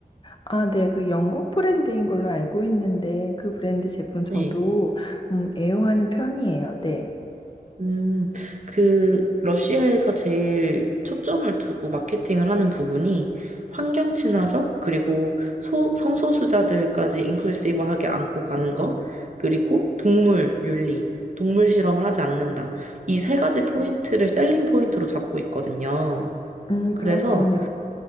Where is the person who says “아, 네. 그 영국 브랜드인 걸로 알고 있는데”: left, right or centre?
Left